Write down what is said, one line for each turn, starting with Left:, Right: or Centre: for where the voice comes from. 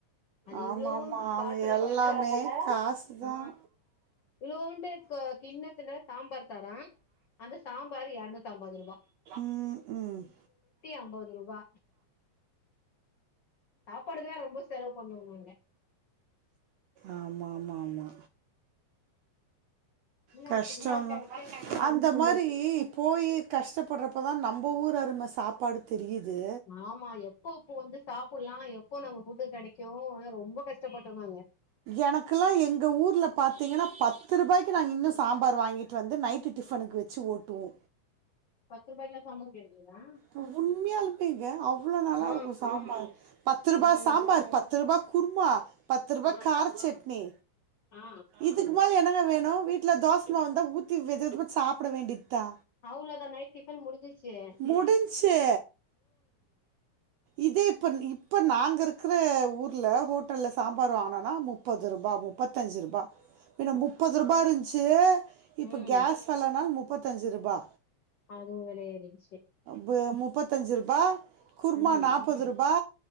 Left: அது
Right: ஆமாம்
Left: இவ்ளோண்டு
Right: ஆமாம் அவங்க
Left: பாத்தரத்துல
Right: எல்லாமே காசு
Left: ஆ
Right: தான்
Left: இவுளூண்டு க கிண்ணத்துல சாம்பார் தரா. அந்த சாம்பாரு எர்நூத்தம்பது ருபா.
Right: ம் ம்.
Left: ஐம்பது ரூபா சாப்பாடுக்லா ரொம்போ செலவு பண்ணுவோ நாங்க.
Right: ஆமா ஆமா ஆமா.
Left: தமிழ்நாடு
Right: கஷ்டொந்தா.
Left: ஃபுட்டு மாரி கெடைக்காது நம்மளுக்கு
Right: அந்த மாரீ போயி கஷ்டப்பட்றப்பதா நம்ப ஊரு அரும சாப்பாடு தெரியிது.
Left: ஆமா எப்போ உப்பொ வந்து சாப்புல்லா எப்போ நம்ம ஃபுட்டு கெடைக்கு அ ரொம்பொ கஷ்டப்பட்டோ நாங்க.
Right: எனக்குல்லா எங்க ஊர்ல பாத்திங்கனா பத்து ருபாய்க்கி நாங் இன்னு சாம்பார் வாங்கி ட்டு வந்து நைட்டு டிஃப்னுக்கு வெச்சு ஓட்டுவோ.
Left: பத்து ருபாய்க்கே சாம்பாரு கெடைக்கிதா.
Right: ப்பு உண்மையாளுமேங்க அவ்ளோ நல்லாருக்கு
Left: ஆ
Right: சாம்பார் பத்து ருபா
Left: ம்
Right: சாம்பார் ப த்து ருபா குருமா, பத்து ருபா
Left: ஆ
Right: கார சட்னி
Left: ஆ
Right: இதுக்கு மேல என்னங்க வேணு வீட்ல தோசமாவு இந்தா ஊத்தி விதவிதமா சாப்பட வேண்டித்தா
Left: அவ்ளதா நைட் டிஃபன் முடிஞ்சிருச்சே.
Right: முடிஞ்ச்சு. இதே இப்பன் இப்ப நாங்க இருக்ற ஊர்ல ஹோட்டல்ல சாம்பார் வாங்னனா முப் பது ருபா முப்பத்தஞ்சு ருபா.
Left: <inaudible>
Right: மின்ன முப்பது ருபா இருஞ்ச்சு. இப்போ
Left: ம்
Right: கேஸ் வெலனால் முப்பத்தஞ்சு ருபா.
Left: அதுவு வெல ஏறிடுச்சு.
Right: வு முப்பத்தஞ்சு ருபா குர்மா
Left: ம்
Right: நாப்பது ருபா.